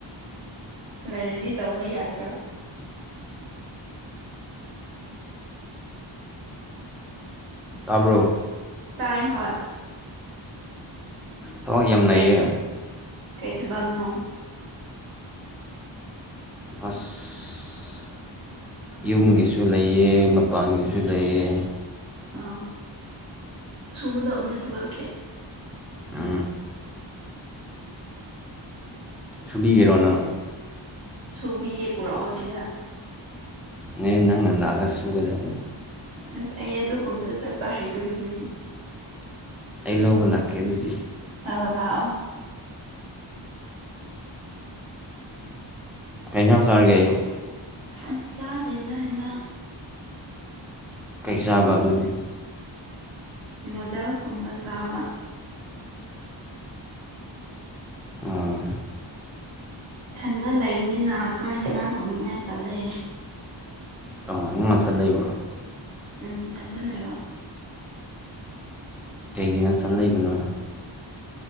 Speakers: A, on the right; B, in the centre.
A: ꯂꯩꯥꯔꯗꯤ ꯇꯧꯕ ꯌꯥꯗ꯭ꯔꯣ
B: ꯇꯥꯕ꯭ꯔꯣ
A: ꯇꯥꯏ ꯍꯣꯢ
B: ꯊꯕꯛ ꯌꯥꯝ ꯂꯩꯌꯦ
A: ꯀꯩ ꯀꯩ ꯊꯕꯛꯅꯣ
B: ꯑꯁ ꯌꯨꯝꯒꯤꯁꯨ ꯂꯩꯌꯦ ꯃꯄꯥꯟꯒꯤꯁꯨ ꯂꯩꯌꯦ
A: ꯑ ꯁꯨꯒꯗꯕꯅꯦ ꯊꯕꯛꯀꯤ
B: ꯑ ꯁꯨꯕꯤꯒꯦꯔꯣꯅꯪ
A: ꯁꯨꯕꯤꯒꯦ ꯄꯨꯔꯛꯑꯣ ꯁꯤꯗ
B: ꯅ ꯅꯪꯅ ꯂꯥꯛꯑꯒ ꯁꯨꯒꯗꯕ
A: ꯑꯁ ꯑꯩ ꯑꯗꯨꯒꯨꯝꯕꯗ ꯆꯠꯄ ꯍꯥꯏꯩꯗꯒꯤꯅꯦ
B: ꯑꯩ ꯂꯧꯕ ꯂꯥꯛꯀꯦ ꯑꯗꯨꯗꯤ
A: ꯇꯣ ꯂꯥꯛꯑꯣ
B: ꯀꯩꯖꯥꯡ ꯁꯥꯔꯒ ꯑꯌꯨ
A: ꯑꯁꯥꯗꯗ ꯍꯗ
B: ꯀꯩ ꯆꯥꯕ ꯑꯗꯨꯗꯤ
A: ꯅꯨꯗꯜꯁ ꯀꯨꯝꯕ ꯆꯥꯕ
B: ꯑ
A: ꯏꯊꯟꯗ ꯂꯩꯕꯅꯤꯅ ꯆꯥꯛ ꯏꯟꯁꯥꯡ ꯊꯣꯡꯅꯤꯡꯉꯥꯏ ꯇꯜꯂꯦ
B: ꯑ ꯅꯪ ꯃꯊꯠ ꯂꯩꯕ꯭ꯔꯣ
A: ꯎꯝ ꯀꯦꯟꯗ ꯂꯩꯕ
B: ꯀꯒꯤ ꯅꯠꯇꯅ ꯂꯩꯕꯅꯣ